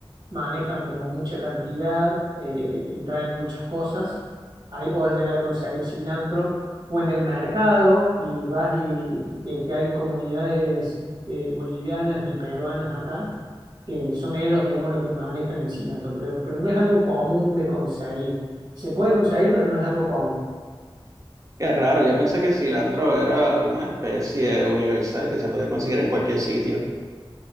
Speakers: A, on the right (about 55°); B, on the right (about 35°).
A: manejan como mucha cantidad eh, y traen muchas cosas. Ahí podés llegar a conseguir cilantro o en el mercado y vas y que, que hay comunidades eh, bolivianas y peruanas acá que son ellos, digamos, lo que manejan el cilantro, pero, pero no es algo común de conseguir. Se puede conseguir, pero no es algo común.
B: Qué raro, yo pensé que el cilantro era una especie universal que se podía conseguir en cualquier sitio.